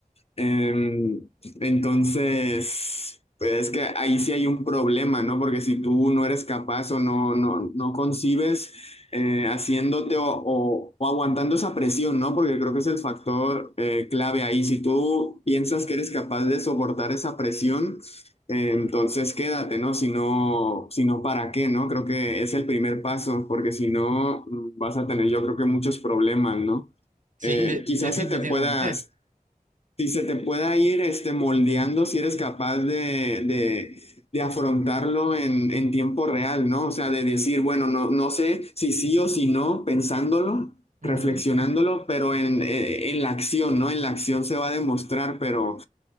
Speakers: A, on the left; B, on the right.
A: Eh, entonces, pues es que ahí sí hay un problema, ¿no? Porque si tú no eres capaz o no, no, no concibes eh, haciéndote o, o- o aguantando esa presión, ¿no? Porque creo que es el factor eh, clave ahí. Si tú piensas que eres capaz de soportar esa presión, eh, entonces quédate, ¿no? Si no, si no, ¿para qué, no? Creo que es el primer paso, porque si no, mm, vas a tener, yo creo que muchos problemas, ¿no?
B: Sí,
A: Eh,
B: de-
A: quizás
B: definitivamente.
A: se te pueda, si se te pueda ir este, moldeando si eres capaz de, de- de afrontarlo en, en tiempo real, ¿no? O sea, de decir, bueno, no, no sé si sí o si no, pensándolo,
B: Ujú.
A: reflexionándolo, pero en, eh, en la acción, ¿no? En la acción se va a demostrar, pero